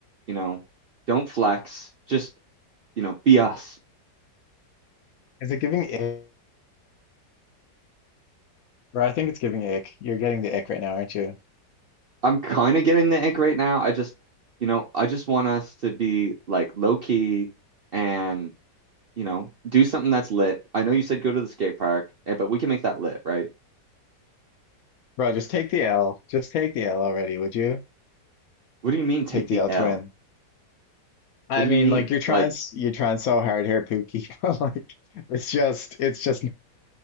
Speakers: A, on the right; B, on the left.
A: you know. Don't flex. Just, you know, be us.
B: Is it giving ick? Bro, I think it's giving ick. You're getting the ick right now, aren't you?
A: I'm kind of getting the ick right now. I just, you know, I just want us to be like low key and, you know, do something that's lit. I know you said go to the skate park, eh, but we can make that lit, right?
B: Bro, just take the L. Just take the L already, would you?
A: What do you mean take
B: Take
A: the
B: the L
A: L?
B: twin. I
A: What do
B: mean,
A: you mean?
B: like you're trying,
A: Like,
B: you're trying so hard here, Pookie. <laughs> But, like it's just, it's just,